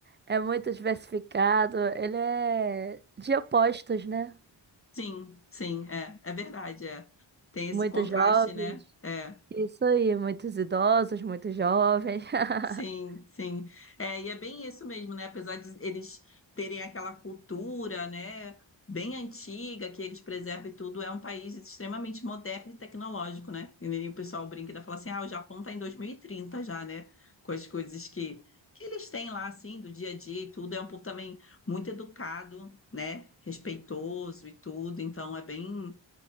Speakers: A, on the right; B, on the left.
A: é muito diversificado. Ele é de opostos, né?
B: Sim, sim, é, é verdade, é. Tem esse
A: Muitos
B: contraste,
A: jovens.
B: né? É.
A: Isso aí, muitos idosos, muitos jovens. <laughs>
B: Sim, sim. É, e é bem isso mesmo, né? Apesar de eles terem aquela cultura, né, bem antiga, que eles preservam e tudo, é um país extremamente moderno e tecnológico, né? E aí o pessoal brinca e fala assim: ah, o Japão tá em 2030 já, né? Com as coisas que, que eles têm lá, assim, do dia a dia e tudo. É um povo também muito educado, né? Respeitoso e tudo. Então é bem.